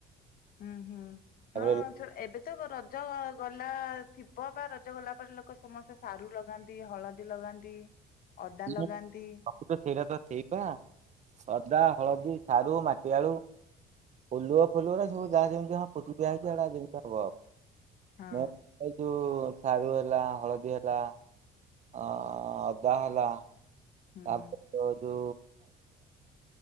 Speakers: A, on the left; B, on the right.
A: ହୁଁ, ହୁଁ,
B: ତାପରେ
A: ହଁ ସେଟା ଏବେ ରଜ ଗଲା ଥିବ, ବା ରଜ ଗଲା ପରେ, ଲୋକ ସମସ୍ତେ ସାରୁ ଲଗାନ୍ତି, ହଳଦୀ ଲଗାନ୍ତି। ଅଦା
B: ସବୁ
A: ଲଗାନ୍ତି
B: ତ, ସେଇଟା ତ ଠିକ ଅଦା। ହଳଦୀ, ସାରୁ, ମାଟିଆଳୁ, ଓଲୁଅ, ଫଲୁଅ ରା ସବୁ ଯାହା ଯେମିତି ହଁ ପୋତି ଦିଆ ହେଇଛି ସେଗଡ଼ା ଯେମିତି ହବ ଆଉ ।
A: ହଁ
B: ମୁ <inaudible> ସାରୁ ହେଲା, ହଳଦୀ ହେଲା, ଅ ଅଦା ହେ ଲା।
A: ହୁଁ।
B: ତାପରେ ତ ଯୋ